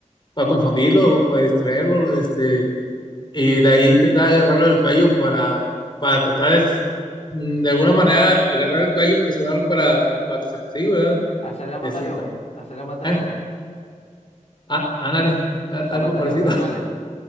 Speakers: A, on the left; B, on the left.
A: para confundirlo, para distraerlo, este, y de ahí intentar agarrarlo del cuello para, para tratar de, s- mm, de alguna manera agarrar el cuello y presionarlo para, para que se siga, ¿verdad?
B: Hacer la mata
A: De cierto.
B: león. Hacer la mata
A: Eh,
B: león.
A: á- ándale, a-
B: La
A: algo
B: mata
A: parecido.
B: león, ¿sabe
A: <laughs>
B: cuál es?